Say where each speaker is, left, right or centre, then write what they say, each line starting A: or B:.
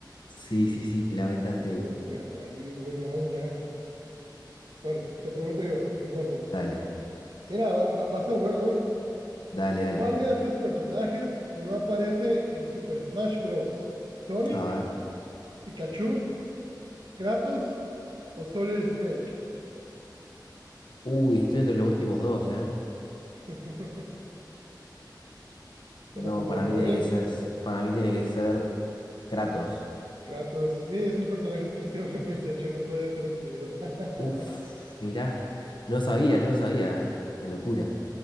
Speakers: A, on the left (about 80°); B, on the right (about 75°).
A: Sí, sí, sí, te la aventaste
B: Sí, No, no
A: ahí.
B: lo he jugado. Ahí voy mal ya. Bueno, te pregunto yo, entonces.
A: Dale,
B: Era, va, va- va a ser bueno, ¿eh?
A: dale, dale.
B: ¿Cuál de esos personajes no aparece en Super Smash Bros? ¿Sonic,
A: A ver.
B: Pikachu, Kratos o Solid Snake?
A: Uy, estoy entre los últimos dos, ¿eh?
B: <laughs> Toma
A: No,
B: tu tiempo,
A: para mí tiene
B: ¿eh?
A: que ser, para mí tiene que ser Kratos.
B: Kratos, sí, es un personaje exclusivo de PlayStation, no puede estar incluido. <laughs>
A: Uf, mirá, no lo sabía, no lo sabía, ¿eh? La locura.